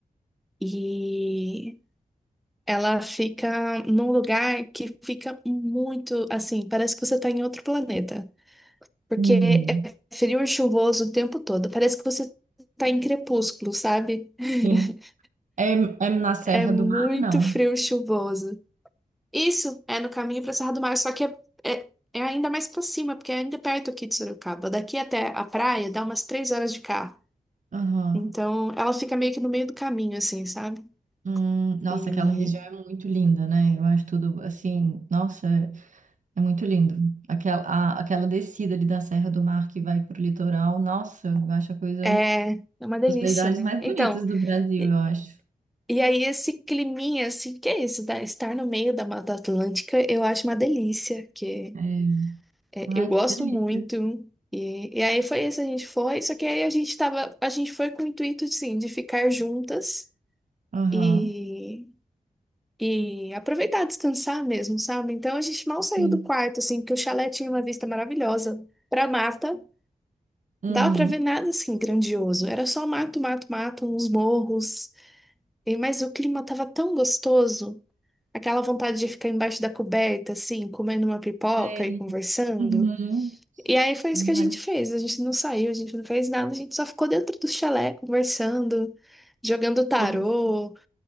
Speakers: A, in the centre; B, on the right.
A: e ela fica num lugar que fica muito assim, parece que você tá em outro planeta, porque
B: Uhum.
A: é frio e chuvoso o tempo todo. Parece que você tá em crepúsculo, sabe? <laughs>
B: Sim. É, é na Serra
A: É muito
B: do Mar, não?
A: frio e chuvoso. Isso é no caminho para Serra do Mar, só que é, é, é ainda mais para cima, porque é ainda perto aqui de Sorocaba. Daqui até a praia dá umas três horas de carro.
B: Aham.
A: Então ela fica meio que no meio do caminho, assim, sabe?
B: Hum, nossa,
A: E
B: aquela região é muito linda, né? Eu acho tudo assim, nossa. É muito lindo. Aquela, a- aquela descida ali da Serra do Mar que vai para o litoral, nossa, eu acho a coisa
A: é, é uma delícia,
B: dos paisagens
A: né?
B: mais
A: Então,
B: bonitos do Brasil,
A: e,
B: eu acho.
A: e aí esse climinha, assim, que é isso? da- Estar no meio da Mata Atlântica, eu acho uma delícia, que
B: É.
A: é,
B: Ai,
A: eu gosto
B: que delícia.
A: muito. E, e aí foi isso, a gente foi, só que aí a gente tava, a gente foi com o intuito, assim, de ficar juntas.
B: Aham.
A: E E aproveitar, descansar mesmo, sabe? Então a gente mal saiu
B: Sim.
A: do quarto, assim, porque o chalé tinha uma vista maravilhosa pra mata.
B: Uhum.
A: Dava pra ver nada assim grandioso. Era só mato, mato, mato, uns morros. E, mas o clima tava tão gostoso. Aquela vontade de ficar embaixo da coberta, assim, comendo uma pipoca
B: Sei.
A: e conversando.
B: Uhum.
A: E aí foi isso que a gente
B: Ai, que
A: fez. A gente não saiu, a gente não fez nada, a gente só ficou dentro do chalé conversando, jogando tarô
B: delícia.